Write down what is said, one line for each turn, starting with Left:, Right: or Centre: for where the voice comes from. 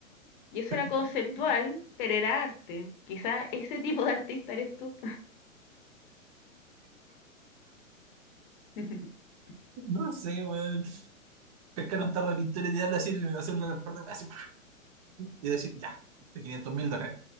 Left: Y eso era conceptual,
Right: Mm,
Left: pero era arte. Quizás ese tipo de artista eres tú. <laughs>
Right: No sé, weón. Pescar un tarro de pintura y tirarla así, hacerle una parte así, y decir, ya, este quinientos mil dólares.